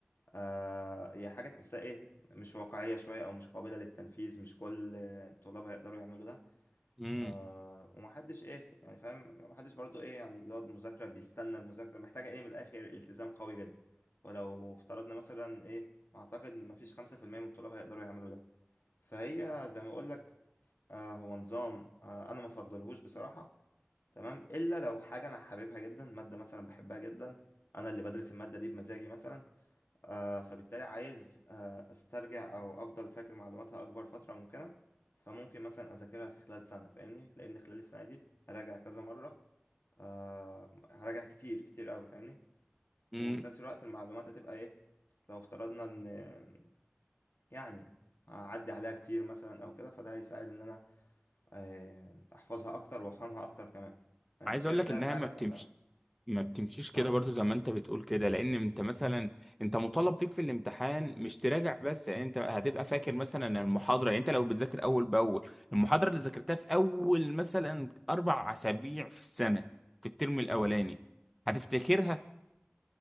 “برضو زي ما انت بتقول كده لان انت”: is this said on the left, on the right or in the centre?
Centre